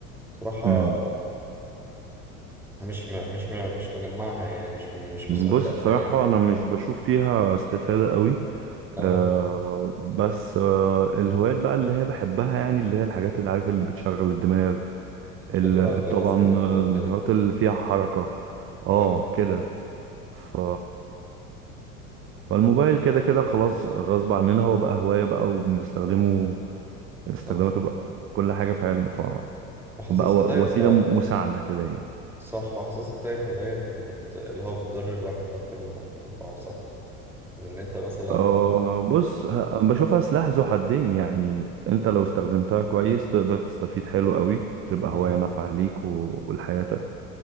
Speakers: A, in the centre; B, on the right.
A: بصراحة
B: امم
A: مش م... مش م... مش مجمعها يعني مش مش
B: بص
A: مصدق ان
B: بصراحة
A: هي يعني.
B: انا مش بشوف فيها استفادة قوي
A: اه
B: آه بس آه الهوايات بقى اللي هي بحبها يعني اللي هي الحاجات اللي عارف اللي بتشغل الدماغ ال-
A: شطرنج مثلا
B: طبعا
A: زي ما
B: آه،
A: انت قلت
B: الهوايات
A: لي
B: اللي فيها حركة اه
A: اه
B: كده ف فالموبايل كده كده خلاص غصب عننا هو بقى هواية بقى وبنستخدمه استخداماته
A: صح
B: بقى في كل حاجة في حياتنا ف...
A: وحاسسها
B: فبقى و-
A: طيب
B: وسيلة
A: آه،
B: مساعدة كده يعني
A: صح وحاسسها طيب هواية من بت... اللي هو بتضر الواحد أكتر ما بتنفعه صح من إن أنت مثلا
B: آه، بص ه- بشوفها سلاح ذو حدين يعني انت لو استخدمتها كويس تقدر تستفيد حلو قوي تبقى
A: مم.
B: هواية نافعة ليك و- ولحياتك